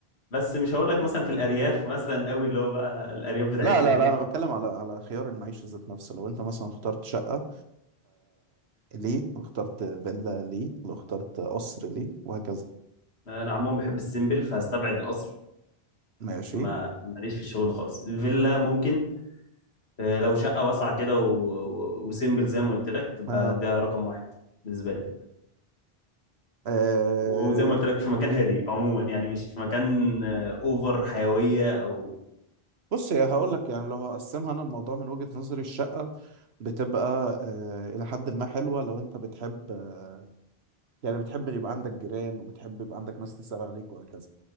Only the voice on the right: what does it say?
لا لا
لا انا بتكلم على على خيار المعيشه ذات نفسه لو انت مثلا اخترت شقه ليه واخترت فيلا ليه واخترت قصر ليه وهكذا
ماشي
اه,
آه.
بص يا هقول لك يعني لو هقسمها انا الموضوع من وجهة نظري الشقه بتبقى آه الى حد ما حلوه لو انت بتحب آه، يعني بتحب يبقى عندك جيران وبتحب يبقى عندك ناس تسأل عليك وهكذا